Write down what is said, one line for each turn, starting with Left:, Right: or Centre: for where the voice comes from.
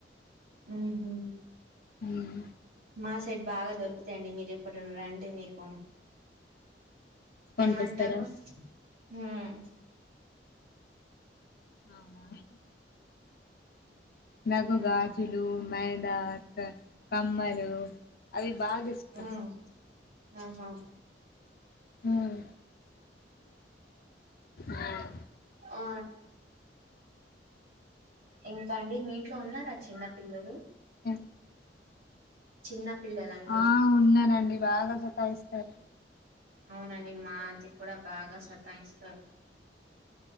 Right: ఉహ్మ్
Left: ఉమ్
Right: మా సైడ్ బాగా దొరుకుతాయండి మీరు ఎప్పుడైన రండి మీకు
Left: కొనితెస్తారా
Right: ఏమంటారు ఉహ్మ్
Left: అవునా నాకు
Right: హ్మ్
Left: గాజులు మైదాక్ కమ్మలు అవి బాగా ఇష్టం
Right: మ్ ఆహా
Left: మ్ ఆ
Right: ఆ ఇంకా అండి మీ ఇంట్లో ఉన్నారా చిన్న పిల్లలు
Left: ఎం
Right: చిన్న పిల్లలండి
Left: ఆ ఉన్నరండి బాగా సతా ఇస్తరు.
Right: అవునండి మాది కూడా బాగా సతా ఇంచుతరు.